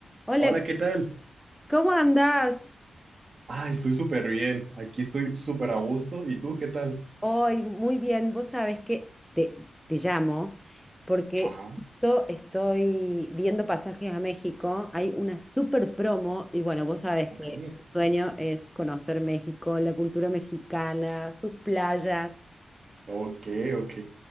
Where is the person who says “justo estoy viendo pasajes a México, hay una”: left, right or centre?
Centre